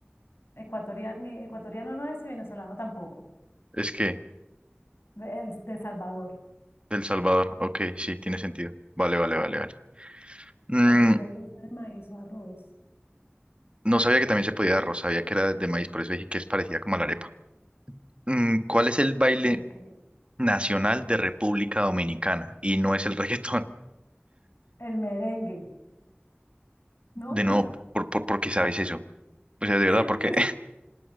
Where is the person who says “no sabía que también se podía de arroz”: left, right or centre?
Right